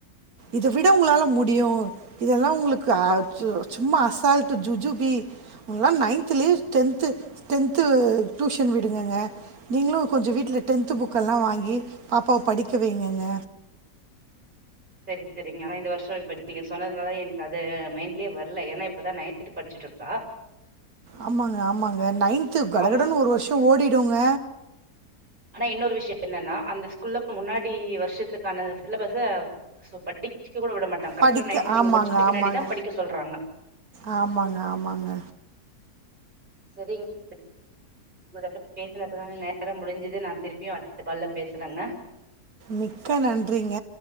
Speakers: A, on the right; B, on the right.
A: இத விட உங்களால முடியு இதெல்லா உங்களுக்கு அ சு சும்மா அசால்ட்டு ஜுஜுபி ல்லா நைன்த்துலேயே டென்த்து டென்த்து டியூஷன் விடுங்கங்க நீங்களு கொஞ்ச வீட்ல டென்த்து புக்கெல்லா வாங்கி பாப்பாவ படிக்க வைங்கங்க
B: செரி செரிங்க ஆனா இந்து வருஷ இப்ப நீங்க சொன்ன துனால எனக்கு அது மைண்ட்லயே வரல ஏன்னா இப்ப தா நைன்த் படிச்சுட்ருக்கா
A: ஆமாங்க ஆமாங்க நைன்த்து கடகடன்னு
B: அவங்க
A: ஒரு வருஷ ஓடிடுங்க
B: ஆனா இன்னொரு விஷய என்னன்னா அந்த ஸ்கூல்ல முன்னாடி வருஷத்துக்கான சிலபஸ்ஸ சோ படிக்க கூட விட மாட்டங்க கரெக்டா
A: படிக்க
B: நைன்த நீங்க
A: ஆமாங்க,
B: முடிச்சுட்டு பின்னாடி
A: ஆமாங்க.
B: தா படிக்க சொல்றாங்க
A: ஆமாங்க ஆமாங்க
B: செரிங் <inaudible> உங்கத்து பேசினதுக்கான நேர முடிஞ்சது நா திருப்பியு அடுத்த கால்ல பேசுறங்க
A: மிக்க நன்றிங்க